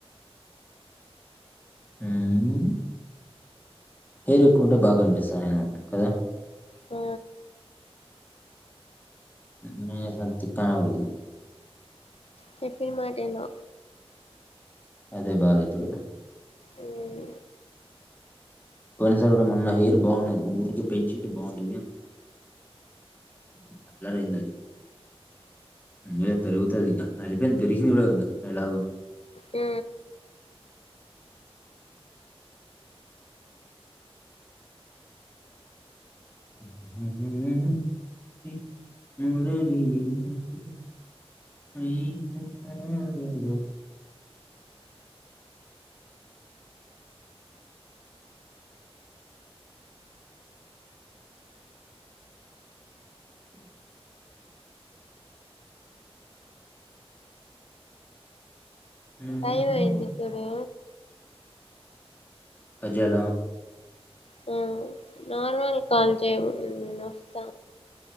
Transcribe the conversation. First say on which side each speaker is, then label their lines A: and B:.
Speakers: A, on the left; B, on the left.
A: ఊమ్ హెయిర్ ఎక్కవుంటే బాగా కనిపిస్తా నేను కదా
B: ఆ
A: ఎందుకిలాఏసావ్ తిట్టా నా కొడుకుని
B: చెప్పిన మాట విను
A: అదే బాధ ఇప్పుడు
B: ఉమ్
A: పొయినసారి కూడా మొన్న హెయిర్ బాగున్నది ఊరికి పెంచుంటే బాగుండేది అల్లరి అయింది అది ఇంగా పెరుగుతది ఇంగ అయిపోయింది పెరిగింది కూడా కదా ఎలాగో
B: ఊ
A: ఉ హు హు ఉ మురళి నాద వేణుమాధవ నాదం
B: టైం అయింది ఇప్పుడు
A: కజ్జేయలా
B: హ్మ్ నార్మల్ కాల్ చెయ్ నేనొస్త